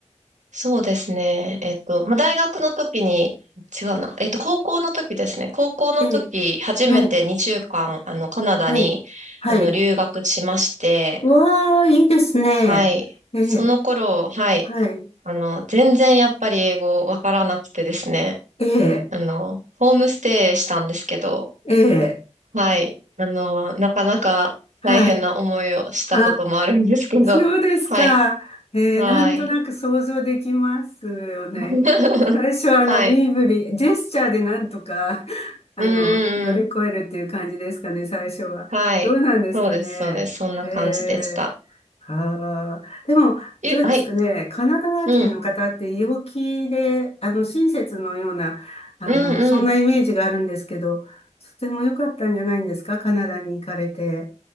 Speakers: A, on the right (about 80°); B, on the left (about 55°).
A: そうですね。えっと、まあ、大学の時に、違うな。えっと、高校の時ですね。高校の時、
B: ええ、
A: 初めて2週間、
B: はい、
A: あの、カナダに、
B: はい、はい。
A: あの、留学しまして、
B: わあ、いいですね。
A: はい。
B: ええ、
A: その頃、はい。
B: はい、
A: あの、全然やっぱり英語わからなくてですね。
B: ええ、
A: あの、ホームステイしたんですけど、
B: ええ、
A: はい。あの、なかなか大変な思いをしたこともあるんですけど、
B: はい。あ、<laughs> そうですか。
A: はい。
B: ねえー、
A: はい。
B: なんとなく想像できますよね。
A: <laughs>
B: 最初はあの身振り、
A: はい。
B: ジェスチャーでなんとか、<laughs> あの、
A: うんうんうん。
B: 乗り越えるっていう感じですかね、最初は。
A: はい。
B: どうなんですかね。
A: そうです、そうです。そんな感じでした。
B: えー、はあでも、
A: え、
B: どうですかね。
A: はい。
B: カナダ人の方って陽気で、
A: うん。
B: あの、親切のような、あの、
A: うんうん。
B: そんなイメージがあるんですけど、とても良かったんじゃないんですか、カナダに行かれて。